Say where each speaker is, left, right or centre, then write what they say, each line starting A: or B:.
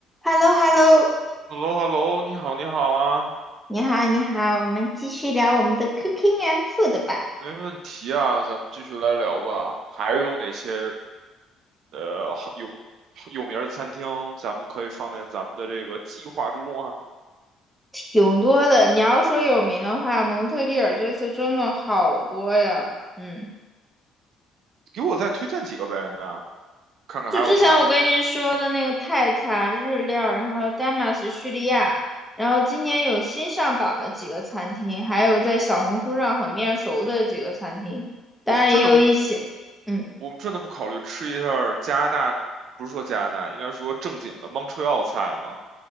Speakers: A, in the centre; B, on the right.
A: h e l l o h e l l o
B: h e l l o h e l l o 你好，你好啊，
A: 你好，你好，我们继续聊我们的 cooking and food 吧。
B: 没问题啊，咱们继续来聊吧。还有哪些呃好有有名儿的餐厅，咱们可以放在咱们的这个计划之中啊？
A: 挺多的。你要说有名的话，蒙特利尔这次真的好多呀。嗯，
B: 给我再推荐几个呗那看看还有啥。
A: 就之前我跟你说的那个泰餐、日料，然后丹麦是叙利亚，然后今年有新上榜的几个餐厅，还有在小红书上很面熟的几个餐厅，当然也有一些，
B: 我们真的不，
A: 嗯，
B: 我们真的不考虑吃一下儿加拿大，不是说加拿大，应该说正经的 Montreal 菜吗？